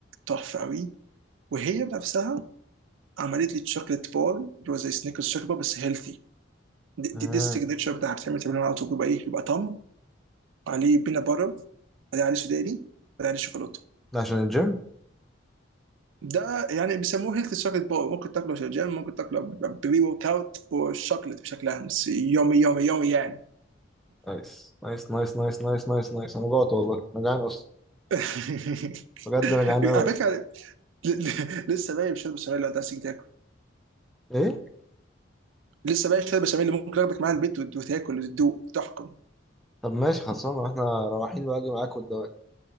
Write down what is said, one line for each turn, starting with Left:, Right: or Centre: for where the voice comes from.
Right: تحفه قوي وهي بنفسها عملت لي تشوكلت بول اللي هو زي سنيكرز شوكليت بول بس هيلثي دي, دي,
Centre: اه
Right: دي السيجنتشر بتاعها بتعمل تمرين على طول بيبقى ايه بيبقى طم عليه بينا باتر بعدين عليه سوداني بعدين عليه شوكولاته
Centre: ده عشان الجيم
Right: ده يعني بيسموه هيلث شوكليت باور ممكن تاكله في الجيم ممكن تاكله ب- بري ورك اوت والشوكليت بشكل عام بس يومي يومي يومي يعني
Centre: نايس نايس نايس نايس نايس نايس نايس انا جوعت والله انا جعان اصلا
Right: <laughs>
Centre: بجد انا جعان قوي
Right: على
Centre: بس
Right: فكره ل- ل- لسه باقي شرب بشاميل لو انت عايز تيجي تاكل
Centre: ايه
Right: لسه باقي شرب بشاميل اللي ممكن اخدك معايا البيت وت- وتاكل وتدوق تحكم
Centre: طب ماشي خلصانه احنا رايحين واجي معاك والدواك